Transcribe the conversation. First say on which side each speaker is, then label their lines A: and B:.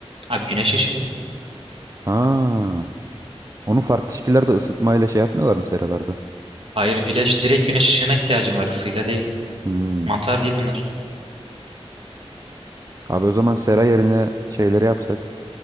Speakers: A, on the right (about 60°); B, on the right (about 30°).
A: Abi güneş ışığı.
B: Ha, onu farklı şekillerde ısıtmayla şey yapmıyorlar mı seralarda?
A: Hayır güneş direkt güneş ışığına ihtiyacın var ısıyla değil.
B: Hmm.
A: Mantar değil bunlar.
B: Abi o zaman sera yerine şeyleri yapsak.